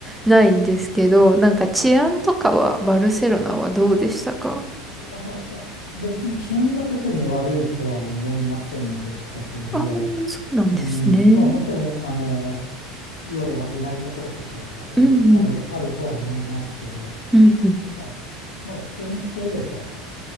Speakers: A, in the centre; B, on the left.
A: ないんですけど、なんか治安とかはバルセロナはどうでしたか
B: あの別に治安が特に悪いとは思いませんでしたけど、
A: ああー、そうなんですね。
B: うん、まあもちろん、あの、夜危ないところとかはあるか、
A: うんうん。
B: ある、あるとは思いますけど、
A: うんうん。
B: まあ、まあ普通にしていれば、